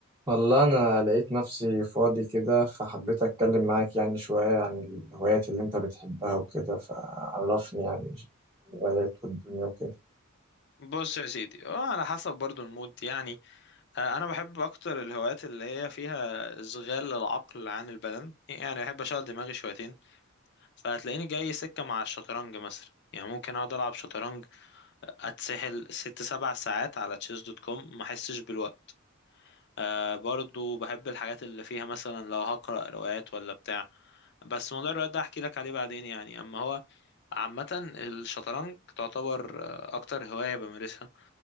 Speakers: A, on the right; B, on the left.
A: والله أنا لقيت نفسي فاضي كده فحبيت أتكلم معاك يعني شوية عن الهوايات اللي أنت بتحبها وكده فعرفني يعني الهوايات والدنيا وكده
B: بص يا سيدي آه، على حسب برضو المود يعني آه، انا بحب اكتر الهوايات اللي هي فيها اشغال العقل عن البدن يعني احب اشغل دماغي شويتين فهتلاقيني جاي سكة مع الشطرنج مثلا يعني ممكن اقعد العب شطرنج آه، اتسحل ست سبع ساعات على تشيس دوت كوم ما احسش بالوقت آه، برضو بحب الحاجات اللي فيها مثلا لو هقرأ روايات ولا بتاع بس موضوع الروايات ده احكي لك عليه بعدين يعني اما هو عامة الشطرنج تعتبر آه، اكتر هواية بمارسها